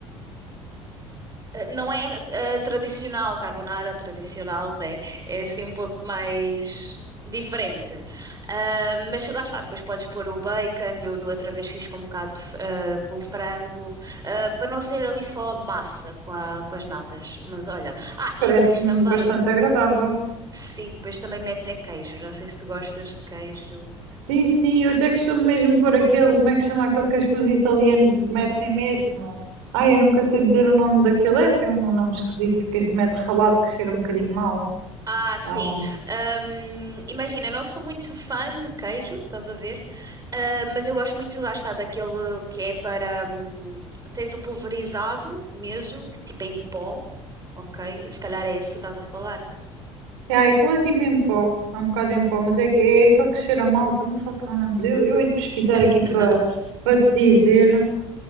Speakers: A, on the right (about 20°); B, on the right (about 65°).
A: eh, Não é eh, tradicional, carbonara tradicional, né? É assim um pouco mais diferente. Ah, mas lá está, depois podes pôr o bacon, eu no outra vez fiz com um bocado de, f- ah, com frango, ah, para não ser ali só a massa com, a- com as natas. Mas olha, ah,
B: Parece-me
A: e depois também,
B: bastante agradável.
A: sim, depois também metes é queijo, não sei se tu gostas de queijo.
B: Sim, sim, eu até costumo mesmo pôr aquele, como é que chama aquele que os italianos metem mesmo? Ai, eu nunca sei dizer o nome daquele, é assim um nome esquisito que mete ralado que cheira um bocadinho mal.
A: Ah, sim.
B: Ah,
A: Ahm, imagina, eu não sou muito fã de queijo, estás a ver? Ah, mas eu gosto muito de gastar daquele que é para. hum, tens o pulverizado mesmo, que tipo é em pó, ok? Se calhar é esse que tu estás a falar.
B: é, aquilo é tipo em pó, é um bocado em pó, mas é, que, é aquele que cheira mal, também falta o nome dele. Eu hei de pesquisar
A: <laughs>
B: aqui para para te dizer.